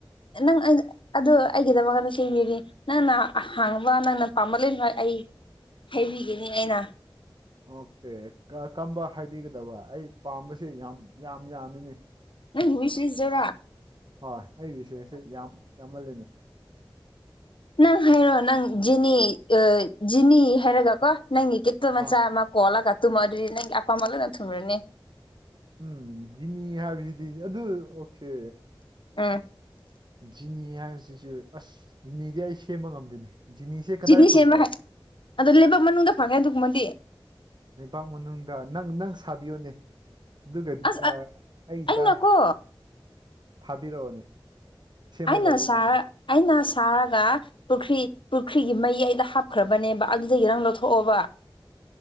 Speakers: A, on the left (about 70°); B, on the right (about 55°).
A: ꯅꯪ ꯑꯩ ꯑꯗꯨ ꯑꯩꯒꯤꯗꯃꯛ ꯆꯦꯡꯒꯤꯅꯤ ꯅꯪꯅ ꯍꯥꯡꯕ ꯅꯪꯅ ꯄꯥꯝꯕ ꯂꯣꯏꯅꯃꯛ ꯑꯩ ꯍꯩꯕꯤꯒꯤꯅꯤ ꯑꯩꯅ
B: ꯑꯣꯀꯦ ꯀꯝꯕ ꯍꯥꯏꯕꯤꯒꯗꯕ ꯑꯩ ꯄꯥꯝꯕꯁꯦ ꯌꯥꯝ ꯌꯥꯝ ꯌꯥꯝꯃꯤꯅꯦ
A: ꯅꯪꯒꯤ ꯌ꯭ꯋꯤꯁꯦꯁꯖꯣꯔꯥ
B: ꯍꯣꯏ ꯑꯩꯒꯤ ꯃꯤꯁꯦꯁꯤ ꯌꯥꯝ ꯌꯥꯝꯃꯜꯂꯦꯅꯦ
A: ꯅꯪ ꯍꯥꯏꯔꯣ ꯅꯪ ꯖꯤꯅꯤ ꯖꯤꯅꯤ ꯍꯥꯏꯔꯒ ꯀꯣ ꯅꯪꯒꯤ ꯒꯤꯠꯇꯣ ꯃꯆꯥ
B: ꯑꯥ
A: ꯃꯥ ꯀꯣꯂꯒ ꯇꯨꯝꯃꯣ ꯗꯨꯗꯤ ꯅꯪꯒꯤ ꯑꯄꯥꯝꯕ ꯂꯣꯏꯅ ꯊꯨꯡꯔꯅꯤ
B: ꯎꯝ ꯖꯤꯅꯤ ꯍꯥꯏꯕꯁꯤꯗꯤ ꯑꯗꯨ ꯑꯣꯀꯦ
A: ꯎꯝ
B: ꯖꯤꯅꯤ ꯍꯥꯏꯕꯁꯤꯁꯨ ꯑꯁ ꯖꯤꯅꯤꯗꯤ ꯑꯩ ꯁꯦꯝꯕ ꯉꯝꯗꯦꯅꯦ ꯖꯤꯅꯤꯁꯦ ꯀꯗꯥꯏ
A: ꯖꯤꯅꯤ
B: ꯐꯪꯕꯣ
A: ꯁꯦꯝꯕ ꯍꯩ ꯑꯗꯣ ꯂꯩꯕꯥꯛ ꯃꯅꯨꯡꯗ ꯐꯪꯉꯦ ꯑꯗꯨꯒꯨꯝꯕꯗꯤ
B: ꯂꯩꯕꯥꯛ ꯃꯅꯨꯡꯗ ꯅꯪ ꯅꯪ ꯁꯥꯕꯤꯌꯣꯅꯦ ꯑꯗꯨꯒ
A: ꯑꯁ
B: ꯑꯥ ꯑꯩꯗ
A: ꯑꯩꯅꯀꯣ
B: ꯊꯥꯕꯤꯔꯛꯑꯣꯅꯦ ꯁꯦꯝꯕ
A: ꯑꯩꯅ
B: ꯂꯣꯏꯕ
A: ꯁꯥꯔ
B: ꯀꯥꯟꯗ
A: ꯑꯩꯅ ꯁꯥꯔꯒ ꯄꯨꯈ꯭ꯔꯤ ꯄꯨꯈ꯭ꯔꯤꯒꯤ ꯃꯌꯥꯏꯗ ꯍꯥꯞꯈ꯭ꯔꯕꯅꯦꯕ ꯑꯗꯨꯗꯒꯤ ꯅꯪ ꯂꯧꯊꯣꯛꯑꯣꯕ <inaudible>